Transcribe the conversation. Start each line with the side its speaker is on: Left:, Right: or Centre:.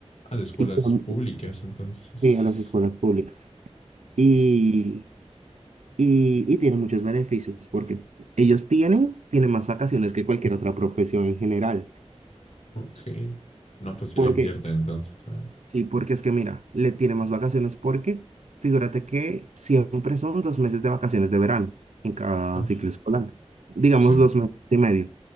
Left: a de escuelas
Right: y, con-
Left: públicas. Entonces,
Right: y a las escuelas públicas. Y, y, y tienen muchos beneficios porque ellos tienen, tienen más vacaciones que cualquier otra profesión en general.
Left: ok. No, pues si
Right: ¿Por
Left: le invierten
Right: qué?
Left: entonces a...
Right: Sí, porque es que mira, le tiene más vacaciones porque figúrate que siempre son dos meses de vacaciones de verano en cada
Left: ah,
Right: ciclo escolar, digamos
Left: sí,
Right: dos meses y medio.